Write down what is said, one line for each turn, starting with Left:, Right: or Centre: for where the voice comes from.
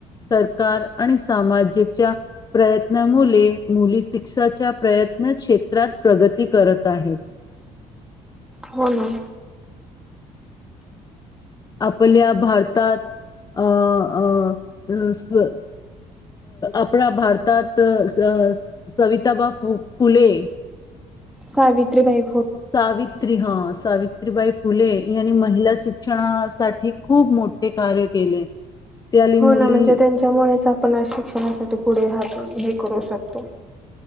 Left: सरकार आणि सामाजाच्या प्रयत्नामुळे मुली शिक्षाच्या प्रयत्न क्षेत्रात प्रगती करत आहेत
Centre: हो न.
Left: आपल्या भारतात अं अं अ स आपला भारतात स स सविताबा फ फुले
Centre: सावित्री बाई
Left: सावित्री हा. सावित्रीबाई फुले यांनी महिला शिक्षणासाठी खूप मोठे कार्य केले. त्याली मुली
Centre: हो ना म्हणजे त्यांच्यामुळेच आ पण आज शिक्षणासाठी पुढे हात हे करू शकतो.